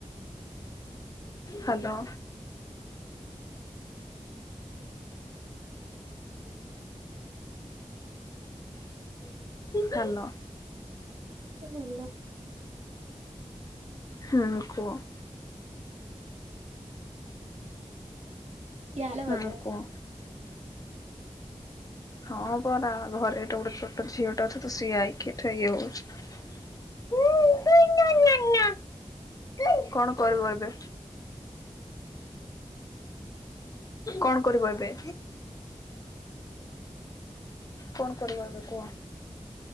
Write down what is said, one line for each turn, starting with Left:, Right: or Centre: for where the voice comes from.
Left: ହାଲୋ। ହାଲୋ।
Right: ହାଲୋ।
Left: ହୁଁ କୁଅ।
Right: ଆଇଲେ
Left: ହୁଁ
Right: ବୋଧେ।
Left: କୁଅ। ହଁ ପରା ଘରେ ଏଟେ ଗୋଟେ ଛୋଟ ଝିଅ ଟେ ଅଛି ତ ସିଏ ଆଇକି ଏଠେ ଇଏ ହଉଚି। <inaudible> କଣ କରିବ ଏବେ? କଣ କରିବ ଏବେ?
Right: ହ୍ୟାଲୋ
Left: କଣ କରିବ ଏବେ କୁହ?